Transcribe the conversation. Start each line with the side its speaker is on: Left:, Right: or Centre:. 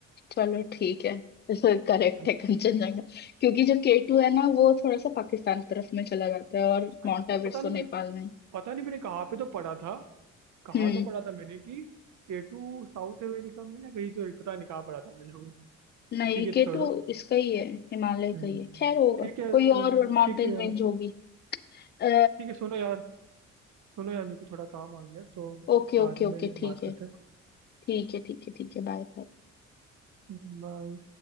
Left: चलो ठीक है तो करेक्ट
Right: है ना
Left: है कंचनजंगा क्योंकि जो के टू है ना वो थोड़ा सा पाकिस्तान तरफ में चला जाता है और
Right: अच्छा
Left: माउंट
Right: तो
Left: एवरेस्ट
Right: पता
Left: तो
Right: नहीं मैंने
Left: नेपाल में है।
Right: पता नहीं मैंने कहाँ पे तो पढ़ा था कहाँ
Left: हम्म
Right: तो पढ़ा था मैंने कि केटू साउथ अमेरिका में या कहीं तो पता नहीं कहाँ पढ़ा था मैंने वो
Left: नहीं
Right: ठीक है
Left: के
Right: छोड़ो
Left: टू इसका ही है हिमालय
Right: हम्म,
Left: का ही है खैर होगा
Right: ठीक है
Left: कोई
Right: हम्म,
Left: और माउंटेन
Right: ठीक है यार
Left: रेंज होगी अ,
Right: ठीक है सुनो यार सुनो यार मेरे को थोड़ा काम आ गया तो
Left: ओके
Right: बाद
Left: ओके ओके
Right: में
Left: ठीक
Right: बात
Left: है
Right: करते हैं ना
Left: ठीक है ठीक है ठीक है बाय बाय
Right: हम्म, बाय।